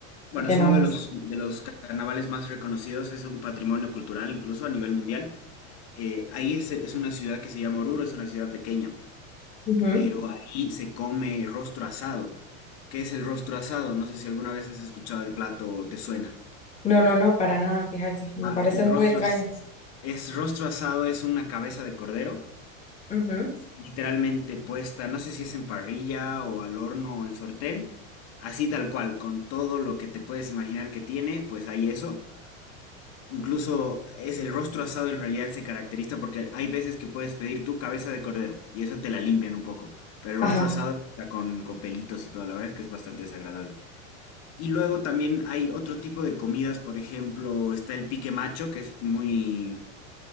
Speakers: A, on the left; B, on the left.
A: Bueno,
B: es que
A: es
B: no.
A: uno de los, de los carnavales más reconocidos, es un patrimonio cultural incluso a nivel mundial. Eh, ahí es, es una ciudad que se llama Oruro, es una ciudad pequeña,
B: Ujú.
A: pero ahí se come rostro asado. ¿Qué es el rostro asado? No sé si alguna vez has escuchado el plato o te suena.
B: No, no, no, para nada, fíjate, me
A: Va,
B: parece
A: el
B: muy
A: rostro
B: extraño.
A: as- es rostro asado, es una cabeza de cordero,
B: Ujú.
A: literalmente puesta, no sé si es en parrilla o al horno o en sortén, así tal cual, con todo lo que te puedes imaginar que tiene, pues hay eso Incluso es el rostro asado en realidad se caracteriza porque hay veces que puedes pedir tu cabeza de cordero y eso te la limpian un poco. Pero el
B: Ajá,
A: rostro asado está con, con pelitos y todo, la verdad es que es bastante desagradable. Y luego también hay otro tipo de comidas, por ejemplo, está el pique macho, que es muy,